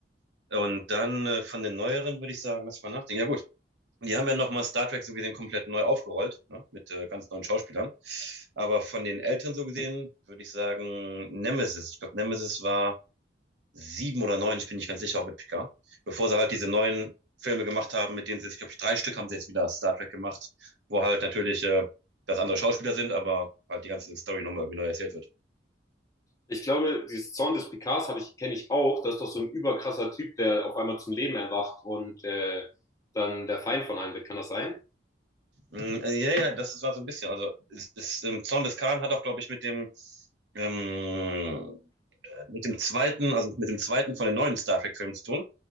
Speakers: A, on the right; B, on the left.
A: Und dann äh, von den neueren würde ich sagen, lass mal nachdenken. Ja, gut. Und die haben ja nochmal Star Trek so gesehen komplett neu aufgerollt, ne? mit äh, ganz neuen Schauspielern. Aber von den Eltern so gesehen würde ich sagen Nemesis. Ich glaube, Nemesis war sieben oder neun, ich bin nicht ganz sicher, auch mit Picard. Bevor sie halt diese neuen Filme gemacht haben, mit denen sie, ich glaube, drei Stück haben sie jetzt wieder Star Trek gemacht, wo halt natürlich äh, das andere Schauspieler sind, aber halt die ganze Story nochmal irgendwie neu erzählt wird.
B: Ich glaube, dieses Zorn des Picards habe ich, kenne ich auch. Das ist doch so ein überkrasser Typ, der auf einmal zum Leben erwacht und äh, dann der Feind von einem wird. Kann das sein?
A: Mm, äh, ja, ja, das war so ein bisschen. Also, ist es, ähm, Zorn des Khan hat auch, glaube ich, mit dem ähm, mit dem zweiten, also mit dem zweiten von den neuen Star Trek-Filmen zu tun,